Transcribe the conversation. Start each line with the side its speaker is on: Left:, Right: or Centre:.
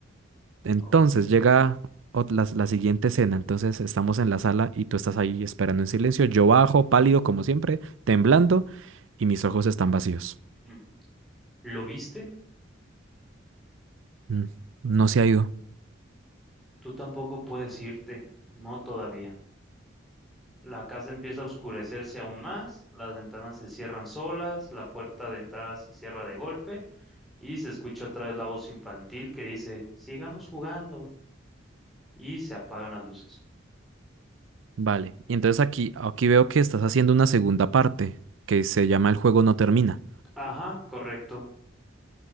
Right: Entonces
Centre: Oh,
Right: llega ot- la, la siguiente escena. Entonces estamos en la sala y tú estás ahí esperando en silencio. Yo bajo, pálido como siempre, temblando y mis ojos están vacíos.
Centre: ujú. ¿Lo viste?
Right: Mm, no se ha ido.
Centre: Tú tampoco puedes irte. No todavía. La casa empieza a oscurecerse aún más, las ventanas se cierran solas, la puerta de entrada se cierra de golpe y se escucha otra vez la voz infantil que dice, sigamos jugando y se apagan las luces.
Right: Vale. Y entonces aquí, aquí veo que estás haciendo una segunda parte que se llama El juego no termina.
Centre: Ajá, correcto.